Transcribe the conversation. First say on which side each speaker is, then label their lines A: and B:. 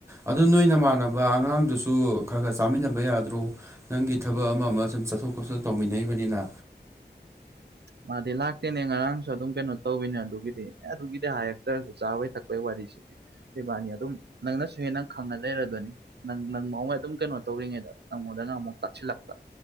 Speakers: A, on the right; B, on the right.
A: ꯑꯗꯨ ꯅꯣꯏ ꯅꯃꯥꯟꯅꯕ ꯑꯉꯥꯡꯗꯨꯁꯨ ꯈꯔ ꯈꯔ ꯆꯥꯃꯤꯟꯅꯕ ꯌꯥꯗ꯭ꯔꯣ ꯅꯪꯒꯤ ꯊꯕꯛ ꯑꯃ ꯑꯃ ꯁꯨꯝ ꯆꯠꯊꯣꯛ ꯆꯣꯠꯁꯤꯟ ꯇꯧꯃꯤꯟꯅꯔꯤꯕꯅꯤꯅ
B: ꯃꯥꯗꯤ ꯂꯥꯛꯇꯦꯅꯦ ꯉꯔꯥꯡꯁꯨ ꯑꯗꯨꯝ ꯀꯩꯅꯣ ꯇꯧꯋꯤꯅꯦ ꯑꯗꯨꯒꯤꯗꯤ ꯑꯦ ꯑꯗꯨꯒꯤꯗꯤ ꯍꯥꯏꯔꯛꯇ꯭ꯔꯁꯨ ꯆꯥꯕꯩ ꯊꯛꯄꯩ ꯋꯥꯔꯤꯁꯤꯗꯤ ꯏꯕꯥꯅꯤ ꯑꯗꯨꯝ ꯅꯪꯅꯁꯨ ꯍꯦꯟꯅꯪ ꯈꯪꯉ ꯂꯩꯔꯗꯣꯏꯅꯤ ꯅꯪ ꯅꯪ ꯕꯥꯎꯃꯩ ꯑꯗꯨꯝ ꯀꯩꯅꯣ ꯇꯧꯔꯤꯉꯩꯗ ꯅꯪꯉꯣꯟꯗꯅ ꯑꯃꯨꯛ ꯇꯥꯁꯤꯜꯂꯛꯇ